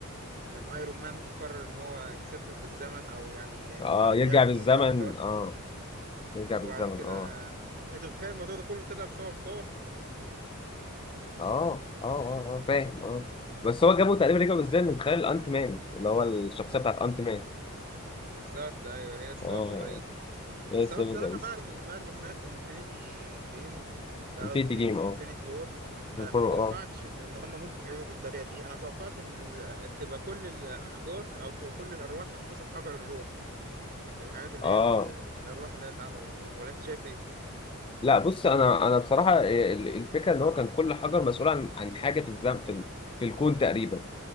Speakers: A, on the right (about 45°); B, on the left (about 25°).
A: لما ايرون مان قرر إن هو يسافر بالزمن أو يعني آه،
B: اه يرجع
A: يعمل
B: بالزمن
A: موضوع اختراق
B: اه يرجع
A: وبعد
B: بالزمن
A: كده
B: اه
A: <laughs> أنت بتخيل الموضوع ده كله طلع بسبب ثور
B: اه اه اه آه، فاهم اه بس هو جابه تقريبا رجع بالزمن من خلال انت مان اللي هو الشخصيه بتاعت انت مان
A: بالظبط أيوه هي السبب
B: اه
A: الرئيسي
B: بس
A: بس انا
B: بس
A: بصراحه بعد ما بعد ما سمعت انفينيتي جيم قصدي
B: البيتي جيم اه
A: انفينيتي وور ما
B: الفرو
A: توقعتش
B: اه
A: ان ان هم ممكن يعودوا بالطريقه دي انا توقعت ان ال- تبقى كل الاحجار او ك- كل الارواح محبوسه في حجر الروح الحاجات اللي
B: اه
A: هي ات- الارواح اللي هي اتعملت دي ولا انت شايف ايه
B: لا بص انا انا بصراحه آه، ال- الفكره ان هو كان كل حجر مسؤول عن عن حاجه في الزمن في, ال- في الكون تقريبا